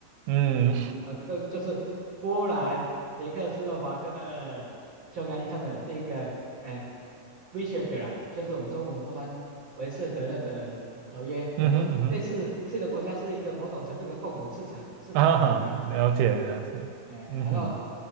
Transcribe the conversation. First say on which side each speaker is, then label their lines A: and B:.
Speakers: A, on the right (about 80°); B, on the right (about 45°).
A: 嗯。
B: 啊，呃，这就是波兰、捷克斯洛伐克、匈牙利他们有定一个，哎、v i s e g r a d 就是我们中文翻为色格勒的呃合约，
A: 嗯哼嗯哼
B: 等于说类似四个国家是一个某种程度的共同市场市场的那种感觉，
A: 啊，<laughs> 哈了解了解，
B: 哎、哎、
A: 嗯哼，
B: 然后